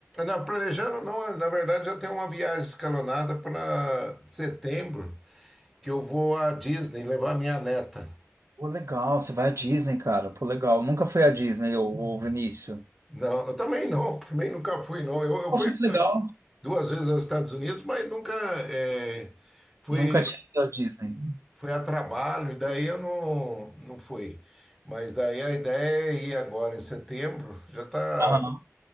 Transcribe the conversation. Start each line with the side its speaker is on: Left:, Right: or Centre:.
Centre: Não, planejando não, na verdade já tem uma viagem escalonada para setembro, que eu vou à Disney levar minha neta.
Right: Pô, legal. Você vai à Disney, cara. Pô, legal. Nunca fui à Disney, ô, ô Vinícius.
Centre: Não, eu também não, também nunca fui não. Eu, eu
Right: Poxa,
Centre: fui
Right: que legal.
Centre: duas vezes aos Estados Unidos, mas nunca eh, fui
Right: Nunca tinha ido à Disney.
Centre: foi a trabalho, e daí eu não, não fui. Mas daí a ideia é ir agora em setembro, já tá.
Right: Aham.